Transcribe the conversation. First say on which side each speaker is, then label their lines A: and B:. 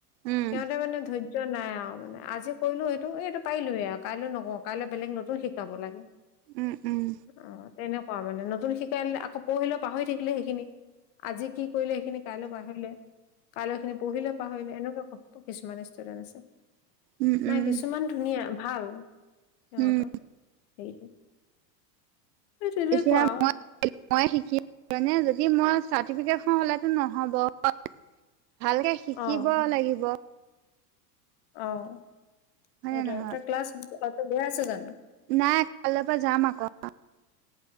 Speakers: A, on the right; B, on the left.
A: উম,
B: সিহঁতে মানে ধৈৰ্য নাই আঔ মানে। আজি কৰিলো সেইটো এ এইটো পাৰিলোৱে আঔ কাইলৈ নকঁও কাইলে বেলেগ নতুন শিকাব লাগে।
A: উম, উম,
B: অঁ তেনেকুৱা মানে, নতুন শিকাই দিলে আকৌ পৰশিলৈ পাহৰি থাকিলে সেইখিনি, আজি কি কৰিলে সেইখিনি পাহৰিলে কাললৈ খিনি পৰহিলে পাহৰিলে এনেকুৱা ক কিছুমানে <unintelligible> আছে,
A: উম,
B: নাই
A: উম,
B: কিছুমান ধুনীয়া ভাল। সিহঁতৰ,
A: উম,
B: সেই তেনেকুৱা।
A: এতিয়া মই মই শিকি কেনে যদি মই চাৰটিফিকেট খন হ'লেটো নহ'ব। ভালকে শিকিব
B: অ',
A: লাগিব।
B: অঁ,
A: হয়
B: সেইটোৱে
A: নে নহয়?
B: তই ক্লাছ তই ত' গৈ আছ জানো?
A: নাই কাইলৰ পৰা যাম আকৌ।